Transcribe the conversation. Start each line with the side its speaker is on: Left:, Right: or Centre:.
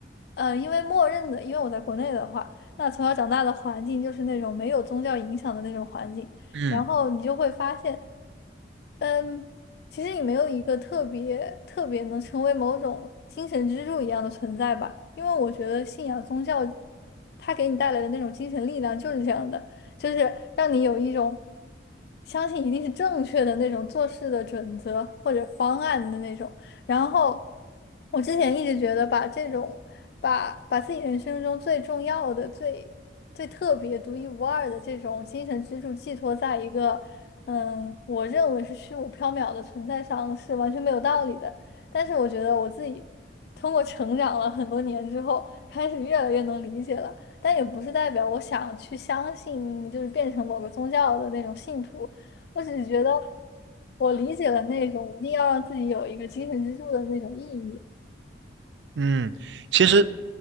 Left: 呃，因为默认的，因为我在国内的话，那从小长大的环境就是那种没有宗教影响的那种环境，
Right: 嗯
Left: 然后你就会发现。嗯，其实你没有一个特别特别能成为某种精神支柱一样的存在吧，因为我觉得信仰宗教，它给你带来的那种精神力量就是这样的，就是让你有一种相信一定是正确的那种做事的准则或者方案的那种。然后我之前一直觉得把这种把把自己人生中最重要的最。最特别、独一无二的这种精神支柱寄托在一个嗯，我认为是虚无缥缈的存在上是完全没有道理的。但是我觉得我自己通过成长了很多年之后，开始越来越能理解了。但也不是代表我想去相信，就是变成某个宗教的那种信徒。我只是觉得我理解了那种一定要让自己有一个精神支柱的那种意义。
Right: 嗯，其实